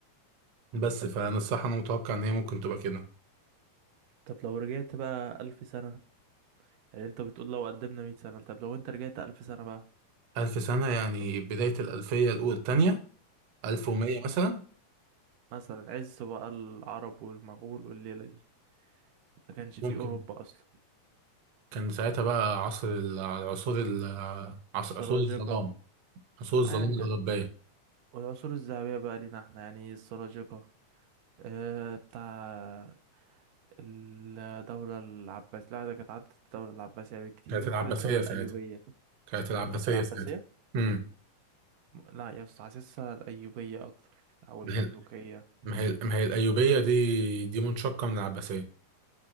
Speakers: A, on the right; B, on the right.
A: بس فانا الصراحه انا متوقع ان هي ممكن تبقى كده
B: طب لو رجعت بقى ألف سنة يعني انت بتقول لو قدمنا مية سنة طب لو انت رجعت ألف سنة بقى
A: ألف سنه يعني بدايه الألفية الأولى التانية 1100
B: امم
A: مثلا
B: مثلا عز بقى العرب والمغول والليلة دي ما كانش فيه
A: ممكن
B: أوروبا أصلا
A: كان ساعتها بقى عصر ال- عصور ال- عص-
B: السلاجقة
A: عصور الظلام عصور الظلام
B: آه يعني
A: الأوروبية
B: كان والعصور الذهبية بقى لينا احنا يعني السلاجقة آه بتاع الدولة العباسية لا ده كانت عدت الدولة العباسية بكتير
A: كانت
B: ممكن
A: العباسية
B: الدولة الأيوبية
A: ساعتها كانت العباسية
B: اللي كانت العباسية
A: ساعتها امم
B: لا يا اسطى حاسسها الأيوبية أكتر أو
A: ما
B: المملوكية
A: هي ما هي ما هي الأيوبية دي دي منشقة من العباسية